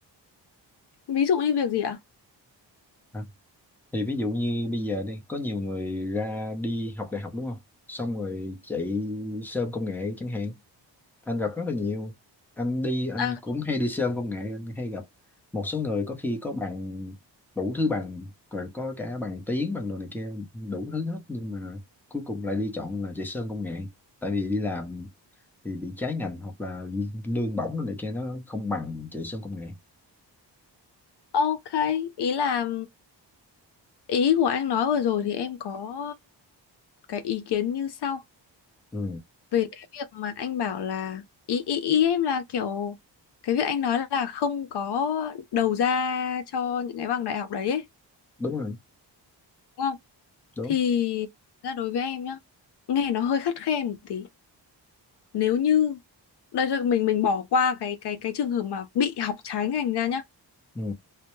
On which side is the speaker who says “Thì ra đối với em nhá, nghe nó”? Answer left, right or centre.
Left